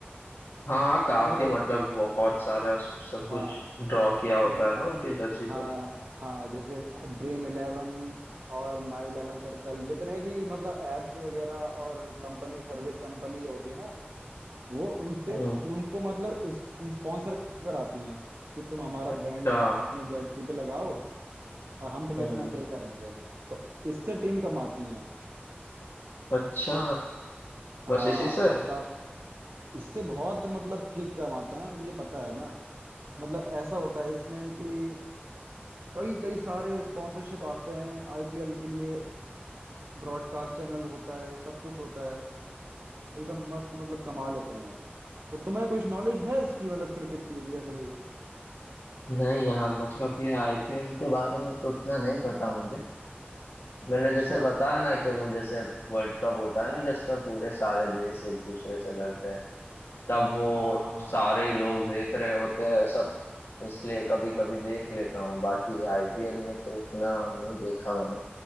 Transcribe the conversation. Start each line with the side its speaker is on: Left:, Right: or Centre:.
Left: हाँ हाँ काफी
Right: समझ रहे हो
Left: मतलब बहुत सारा सब कुछ
Right: हाँ
Left: ड्रॉ किया होता
Right: ज-
Left: है ना उनके जर्सी
Right: हाँ
Left: पे
Right: हाँ जैसे ड्रीम इलेवन और माई इलेवन सर्कल जितने भी मतलब एप्स वगैरह और कंपनी सर्विस कंपनी जो होती है ना वो उनपे
Left: हम्म।
Right: उनको मतलब स्पॉन्सर कराती हैं कि तुम हमारा ब्रांड
Left: अच्छा
Right: अपने जर्सी पे लगाओ और हम तुम्हें
Left: हम्म,
Right: इतना पे करेंगे तो इससे टीम कमाती हैं
Left: अच्छा बस
Right: हाँ
Left: इसी से
Right: और काफ इससे बहुत मतलब ठीक कमाते हैं मुझे पता है ना मतलब ऐसा होता है इसमें कि कई कई सारे स्पॉन्सरशिप आते हैं आईपीएल के लिए ब्रॉडकास्ट चैनल होता है सब कुछ होता है एकदम मस्त मतलब कमा लेते हैं तो तुम्हें कुछ नॉलेज है इसकी मतलब क्रिकेट की भी या फिर हम्म
Left: नहीं यार मतलब ये आईपीएल के बारे में तो उतना नहीं पता मुझे मैंने
Right: अच्छा
Left: जैसे बताया ना कि वो जैसे वर्ल्ड कप होता है ना जिसमें पूरे सारे देश एक दूसरे से लड़ते हैं तब वो
Right: आ
Left: सारे ही लोग देख रहे होते हैं सब इसलिए कभी कभी देख लेता हूँ बाकी आईपीएल में तो उतना नहीं देखा मैंने